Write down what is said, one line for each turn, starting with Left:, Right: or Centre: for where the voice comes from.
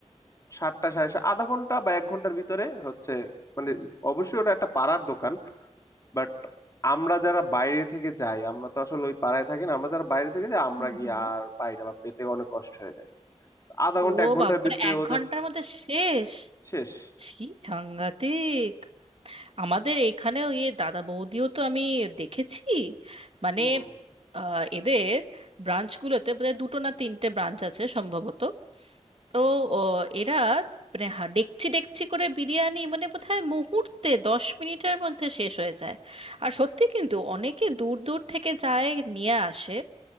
Left: সাতটা সাড়ে সাত- আধা ঘন্টা বা এক ঘন্টার ভিতরে হচ্ছে মানে অবশ্যই ওটা একটা পাড়ার দোকান বাট আমরা যারা বাইরে থেকে যাই আমরা তো আসলে ওই পাড়ায় থাকি না আমরা যারা বাইরে থেকে যাই আমরা
Right: হুম
Left: গিয়ে
Right: হুম।
Left: আর পাই না বা পেতে অনেক কষ্ট হয়ে যায় আধা ঘন্টা
Right: ও
Left: এক ঘন্টার
Right: বাবা মানে
Left: ভিতরে
Right: এক
Left: ওদের
Right: ঘন্টার মধ্যে শেষ
Left: শেষ
Right: কি সাংঘাতিক আমাদের এখানেও ইয়ে দাদা বৌদিও তো আমি দেখেছি মানে
Left: হুম
Right: আহ, এদের ব্রাঞ্চগুলোতে বোধহয় দুটো না তিনটে ব্রাঞ্চ আছে সম্ভবত তো ও, এরা মানে হা- ডেকচি ডেকচি করে বিরিয়ানি মানে বোধহয় মুহূর্তে দশ মিনিটের মধ্যে শেষ হয়ে যায় আর সত্যি কিন্তু অনেকে দূর দূর থেকে যায় নিয়ে আসে